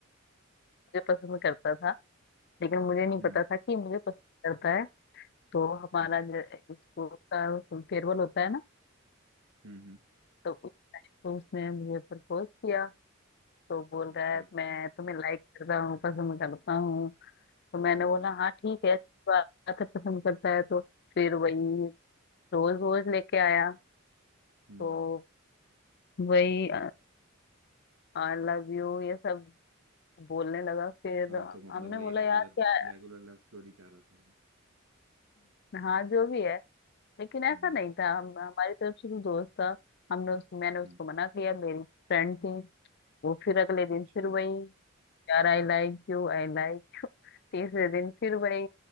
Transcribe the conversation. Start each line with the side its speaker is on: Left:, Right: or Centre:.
Left: मुझे पसंद करता था लेकिन मुझे नहीं
Right: हम्म
Left: पता था कि मुझे पसंद करता है तो हमारा
Right: हम्म
Left: जो स्कूल का फेयरवेल होता है ना
Right: हम्म हम्म,
Left: तो उस, उसने मुझे प्रपोज किया तो बोल
Right: अच्छा
Left: रहा है मैं तुम्हें लाइक करता हूँ पसंद करता हूँ तो मैंने
Right: हम्म
Left: बोला हाँ ठीक है अच्छी बात है पसंद करता है तो फिर वही रोज रोज लेके आया
Right: हम्म हम्म।
Left: तो वही आई लव यू ये सब बोलने लगा फिर
Right: हाँ तो मतलब
Left: हमने
Right: वही
Left: बोला
Right: रेगुलर
Left: यार क्या
Right: रेगुलर लव स्टोरी चाह रहा था वो।
Left: हाँ जो भी है लेकिन ऐसा
Right: हम्म
Left: नहीं था हम हमारी तरफ से तो दोस्त था हमने उस मैंने
Right: हम्म
Left: उसको मना किया मेरी फ्रेंड थी वो फिर अगले दिन
Right: अच्छा
Left: फिर वही यार I like you I like तीसरे दिन फिर वही